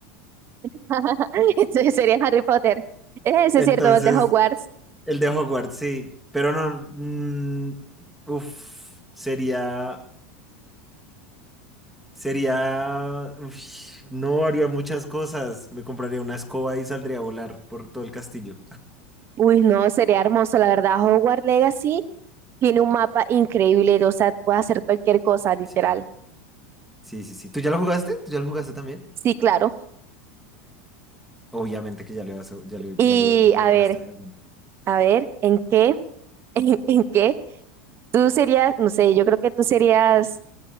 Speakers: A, on the right; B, in the centre.
A: <laughs> Entonces sería Harry Potter. Es ese,
B: Entonces,
A: ¿cierto? El de Hogwarts.
B: el de Hogwarts, sí. Pero no, mm, uf, sería, sería, uf, no haría muchas cosas. Me compraría una escoba y saldría a volar por todo el castillo.
A: Uy, no, sería hermoso, la verdad. Hogwarts Legacy tiene un mapa increíble, o sea, puedes hacer cualquier cosa, literal.
B: Sí. Sí, sí, sí. ¿Tú ya lo jugaste? ¿Tú ya lo jugaste también?
A: Sí, claro.
B: Obviamente que ya lo, has- ya lo, ya
A: Y
B: lo, ya lo
A: a
B: jugaste,
A: ver,
B: obviamente.
A: a ver, ¿en qué? <laughs> ¿En, en qué? Tú serías, no sé, yo creo que tú serías,